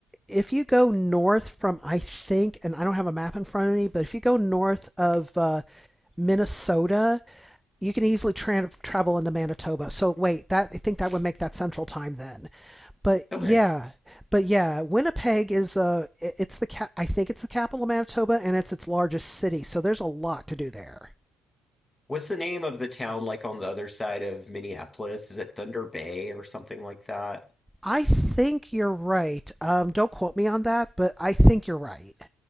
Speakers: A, in the centre; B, on the left.
A: if you go north from I think, and I don't have a map in front of me, but if you go north of uh, Minnesota, you can easily tra- travel into Manitoba. So wait, that I think that would make that Central Time then. But
B: Okay.
A: yeah, but yeah, Winnipeg is uh i- it's the ca- I think it's the capital of Manitoba and it's its largest city, so there's a lot to do there.
B: What's the name of the town like on the other side of Minneapolis? Is it Thunder Bay or something like that?
A: I think you're right. Um, don't quote me on that, but I think you're right.